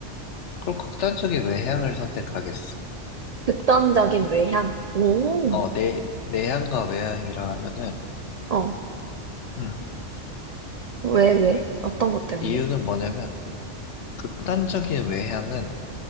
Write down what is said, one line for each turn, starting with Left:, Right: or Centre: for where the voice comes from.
Left: 그럼 극단적인 외향을 선택하겠어.
Right: 극단적인 외향. 오.
Left: 어, 내, 내향과 외향이라 하면은,
Right: 어.
Left: 음,
Right: 왜, 왜? 어떤 것 때문에?
Left: 이유는 뭐냐면, 극단적인 외향은